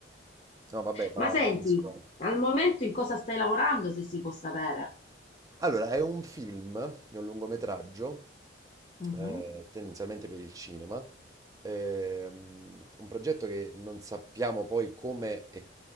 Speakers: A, on the right (about 20°); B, on the left (about 35°).
A: No, vabbè, ma...
B: Ma senti,
A: ma penso-
B: al momento in cosa stai lavorando, se si può sapere?
A: Allora, è un film, è un lungometraggio
B: Mhm.
A: eh, tendenzialmente per il cinema. Ehm, un progetto che non sappiamo poi come e